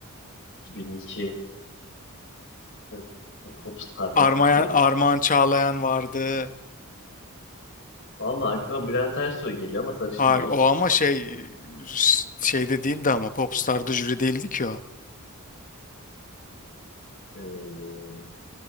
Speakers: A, on the left (about 55°); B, on the left (about 40°).
A: 2002 ve Popstar'da
B: Armayan,
A: Jüri.
B: Armağan Çağlayan vardı.
A: Vallahi aklıma Bülent Ersoy geliyor ama sarışın
B: Hayır
A: değil.
B: o ama şey şeyde değildi ama Popstar'da jüri değildi ki o.
A: Ee,